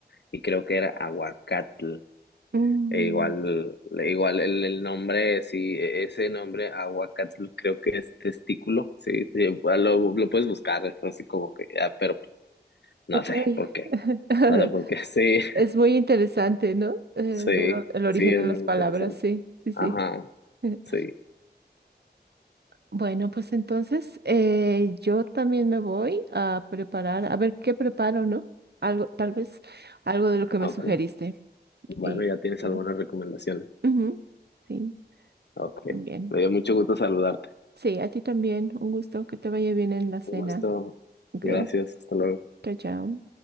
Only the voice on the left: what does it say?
y creo que era aguacatl.
E igual, igual el, el nombre, sí, e- ese nombre aguacatl creo que es testículo, sí, sí, lo, lo puedes buscar, es así como que, ah, pero No
sé por qué.
No sé por qué. <laughs> Sí,
sí,
sí, es
muy
interesante.
Ajá,
sí.
Ok.
Bueno,
ya tienes
algunas recomendaciones.
Ok.
Me dio mucho gusto saludarte.
Un gusto.
Gracias. Hasta luego.